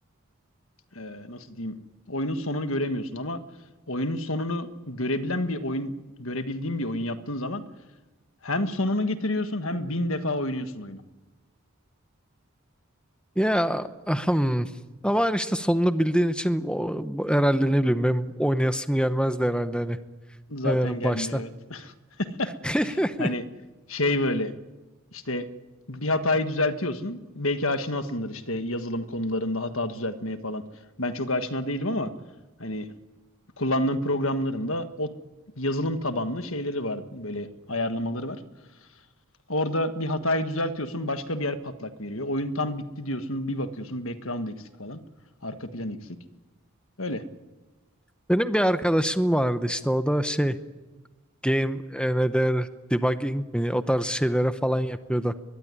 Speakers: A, on the left; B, in the centre.
A: e, nasıl diyeyim oyunun sonunu göremiyorsun ama oyunun sonunu görebilen bir oyun görebildiğin bir oyun yaptığın zaman hem sonunu getiriyorsun hem bin defa oynuyorsun oyunu.
B: Ya ahem. Ama hani işte sonunu bildiğin için o, bu- herhalde ne bileyim benim oynayasım gelmezdi herhalde hani
A: Zaten
B: e,
A: gelmiyor
B: başta.
A: evet.
B: <laughs>
A: <laughs> Hani şey böyle işte bir hatayı düzeltiyorsun. Belki aşinasındır işte yazılım konularında hata düzeltmeye falan. Ben çok aşina değilim ama hani kullandığım programların da o yazılım tabanlı şeyleri var. Böyle ayarlamaları var. Orada bir hatayı düzeltiyorsun, başka bir yer patlak veriyor. Oyun tam bitti diyorsun, bir bakıyorsun background eksik falan. Arka plan eksik. Öyle.
B: Benim bir arkadaşım vardı işte o da şey game e, ne der debugging mi o tarz şeylere falan yapıyordu.